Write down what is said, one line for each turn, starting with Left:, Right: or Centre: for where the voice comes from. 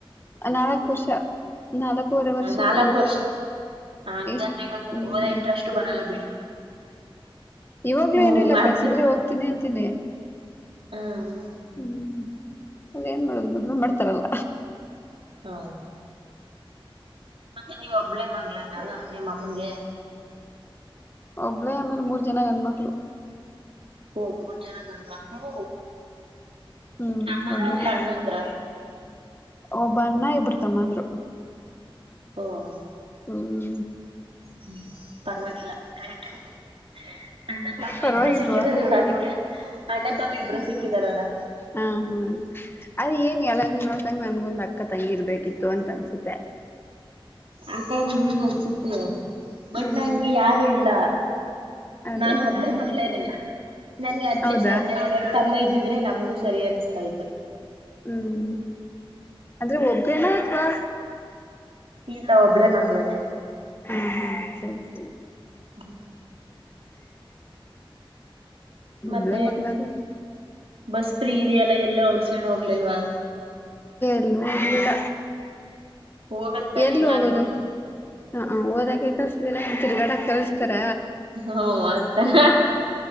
Left: ನಾಲ್ಕು ವರ್ಷ ನಾಲ್ಕೂವರೆ ವರ್ಷ
Right: ನಾಲ್ಕ್
Left: ಆಗೋಯ್ತು
Right: ವರ್ಷ ಹಂಗಾದ್ರೆ
Left: ಇಷ್ಟ
Right: ಇವಾಗ ನಿಮ್ಗೆ
Left: ಹ್ಮ್
Right: ಹೋದ ಇಂಟ್ರೆಸ್ಟ್ ಬರಲ್ಲ ಬಿಡಿ
Left: ಇವಾಗ್ಲೇ
Right: ಹ್ಮ್
Left: ಏನು ಇಲ್ಲ
Right: ಮಾಡ್ತಿ
Left: ಕಳ್ಸಿದ್ರೆ ಹೋಗ್ತಿನಿ ಅಂತೀನಿ
Right: ಹ್ಮ್
Left: ಹ್ಮ್ ಅದೇ ಏನ್ ಮಾಡೋದು ಮದ್ವೆ ಮಾಡ್ತಾರಲ್ಲ
Right: ನೋ ಮತ್ತೆ ನೀವ್ ಒಬ್ಳೇ ಮಗಳಾನ ನಿಮ್ಮಮ್ಮನಗೆ
Left: ಒಬ್ರೇ ಆಮೇಲೆ ಮೂರ್ ಜನ ಗಣ್ಮಕ್ಳು
Right: ಓಹ್ ಮೂರ್ ಜನ ಗಂಡ್ ಮಕ್ಳು
Left: ಹ್ಮ್
Right: ನಿಮ್ ತಮ್ಮನ
Left: ಒಬ್ಲೇನೆ
Right: ಇಲ್ಲ ಅಣ್ಣಂದ್ರ
Left: ಒಬ ಅಣ್ಣ ಇಬ್ರು ತಮ್ಮಂದ್ರು.
Right: ಓಹ್
Left: ಹ್ಮ್
Right: ಹ್ಮ ಪರವಾಗಿಲ್ಲ <unintelligible> ಅಣ್ಣ ತಮ್ಮ
Left: ಪರವಾಗಿಲ್ವಾ
Right: ಇಬ್ರು ಸಿಕ್ಕಿದಾರಲ್ಲ ಅದಕ್ಕೆ ಅಣ್ಣ ತಮ್ಮ ಇಬ್ರು ಸಿಕ್ಕಿದಾರಲ್ಲ
Left: ಹ್ಮ್ ಹ್ಮ್ ಅದ ಏನ್ ಎಲ್ಲಾರೂ ನೋಡ್ದಂಗ ನಮಗೊಂದ ಅಕ್ಕ ತಂಗಿ ಇರ್ಬೇಕಿತ್ತು ಅಂತ ಅನ್ಸುತ್ತೆ.
Right: ಆತರ ನಿಮಗೆ ಅನ್ಸುತ್ತೆ ಬಟ್
Left: ಹ್ಮ್
Right: ನಂಗೆ ಯಾರು ಇಲ್ಲ.
Left: ಅದೇ
Right: ನಾನು ಒಬ್ಳೇ ಮಗಳೇನೆ ನನ್ಗೆ ಅಟ್ಲೀಸ್ಟ್
Left: ಹೌದಾ
Right: ಅಣ್ಣ ಯಾರಾರೂ ತಮ್ಮ ಇದ್ದ ದಿದ್ರೆ ನಮ್ಗೂ ಸರಿ ಅನಿಸ್ತಾ ಇತ್ತು.
Left: ಹ್ಮ್ ಅಂದ್ರೆ ಒಬ್ರೇನ ಅತ್ವಾ
Right: ಇಲ್ಲ ಒಬ್ಬಳೇ ಮಗಳೇನೆ.
Left: ಹ್ಮ್ ಹ್ಮ್ ಸರಿ ಸರಿ.
Right: ಹ್ಮ.
Left: ಒಬ್ಬಳೇ
Right: ಮತ್ತೆ
Left: ಮಗ್ಳಾದೆ.
Right: ಬಸ್ ಫ್ರೀ ಇದೆಯಲ್ಲ ಎಲ್ಲೋ ಔಟ್ ಸೈಡ್ ಹೋಗ್ಲಿಲ್ವಾ.
Left: ಇಲ್ಲ ಹೋಗ್ಲಿಲ್ಲ.
Right: ಹೋಗತ್ತಾನೆ
Left: ಎಲ್ಲಿ
Right: ಎಲ್ಲಾದ್ರೂ.
Left: ಹೋಗೋದು ಹ ಹ್ ಓದಾಕ್ಕೆ ಕಳ್ಲಿಲ್ಲ ಇನ್ ತಿರ್ಗಾಡಕ್ ಕಳ್ಸ್ತಾರ.
Right: ಹ ಆತರ